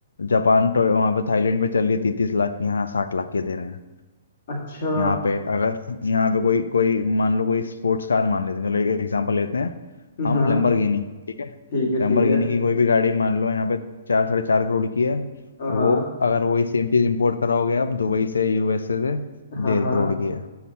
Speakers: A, on the left (about 80°); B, on the left (about 60°).
A: जापान तो वहां पे थाईलैंड में चल रही है 33 लाख की यहाँ साठ लाख की दे रहे हैं,
B: अच्छा
A: यहाँ पे अगर <laughs> यहाँ पे कोई कोई मान लो कोई स्पोर्ट्स कार मान लेते हैं चलो एक एग्जांपल लेते हैं हम
B: हाँ
A: लैम्बोर्गिनी ठीक है
B: ठीक है
A: लैम्बोर्गिनी
B: ठीक है
A: की कोई भी गाड़ी मान लो यहाँ पे चार साढ़े चार करोड़ की है
B: हाँ
A: वो
B: हाँ
A: अगर वही सेम चीज इंपोर्ट कराओगे आप दुबई से यूएसए से
B: हाँ
A: डेढ़
B: हाँ,
A: करोड़ की है